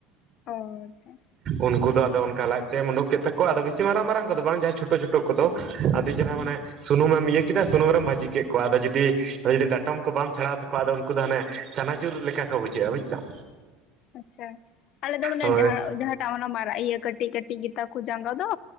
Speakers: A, on the left; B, on the right.
A: ᱚ ᱟᱪᱪᱷᱟ,
B: ᱩᱱᱠᱩ ᱫᱚ ᱟᱫᱚ ᱚᱱᱠᱟ ᱞᱟᱡ ᱛᱮᱫ ᱩᱰᱩᱠ ᱠᱮᱫ ᱛᱟᱠᱚᱣᱟ ᱟᱫᱚ ᱵᱤᱥᱤ ᱢᱟᱨᱟᱝ ᱢᱟᱨᱟᱝ ᱠᱚᱫᱚ ᱵᱟᱝ ᱡᱟᱦᱟᱸ ᱪᱷᱳᱴᱳ ᱪᱷᱳᱴᱳ ᱠᱚᱫᱚ ᱪᱮᱦᱨᱟ
A: ᱦᱩᱸ
B: ᱢᱟᱱᱮ ᱥᱩᱱᱩᱢ ᱮᱢ ᱤᱭᱟᱹ ᱠᱮᱫᱟ ᱥᱩᱱᱩᱢ ᱵᱷᱟᱹᱡᱤ ᱠᱮᱫ ᱠᱚᱣᱟ ᱟᱫᱚ ᱡᱩᱫᱤ ᱟᱨ ᱡᱩᱫᱤ ᱰᱟᱴᱚᱢ ᱠᱚᱢ ᱪᱷᱟᱲ ᱛᱟᱠᱚᱣᱟ ᱟᱫᱚ ᱠᱩ ᱫᱚ ᱦᱟᱱᱮ ᱪᱟᱱᱟᱪᱩᱨ ᱞᱮᱠᱟ ᱠᱚ ᱵᱩᱡᱷᱟᱹᱜ-ᱟ ᱵᱩᱪ ᱫᱟᱢ᱾
A: ᱟᱪᱪᱷᱟ ᱟᱞᱮ ᱫᱚ ᱢᱟᱱᱮ
B: ᱦᱳᱭ
A: ᱡᱟᱸᱦᱟ ᱡᱟᱦᱟᱸᱴᱟᱜ ᱢᱟᱱᱮ ᱢᱟᱨᱟ ᱤᱭᱟᱹ ᱠᱟᱹᱴᱤᱪ ᱠᱟᱹᱴᱤᱪ ᱜᱮᱛᱟ ᱠᱚ ᱡᱟᱸᱜᱟ ᱫᱚ,